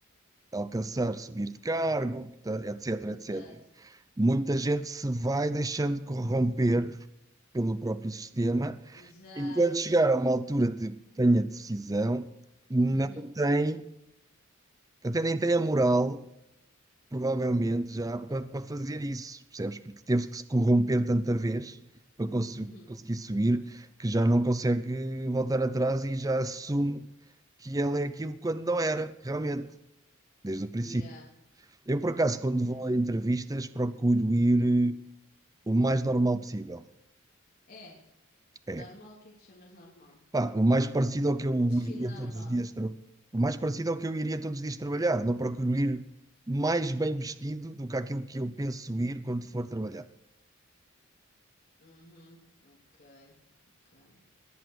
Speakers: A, on the right (about 15°); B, on the left (about 50°).
A: alcançar, subir de cargo, ta- etc,
B: Exato.
A: etc. Muita gente se vai deixando corromper pelo próprio sistema
B: Exato.
A: e quando chegar a uma altura de tenha decisão, não
B: Uhum,
A: tem, até nem tem a moral, provavelmente, já para, para fazer isso, percebes? Porque teve que se corromper tanta vez para cons-
B: uhum.
A: conseguir subir que já não consegue voltar atrás e já assume que ela é aquilo quando não era, realmente, desde o princípio.
B: Yeah,
A: Eu, por acaso, quando
B: yeah.
A: vou a entrevistas, procuro ir eh, o mais normal possível.
B: É,
A: É,
B: normal, o que é que chamas normal?
A: pá, o mais parecido ao que eu
B: Define
A: iria
B: normal.
A: todos os dias, tra- o mais parecido ao que eu iria todos os dias trabalhar. Não procuro ir mais bem vestido do que aquilo que eu penso ir quando for trabalhar.
B: Uhum, ok, ok.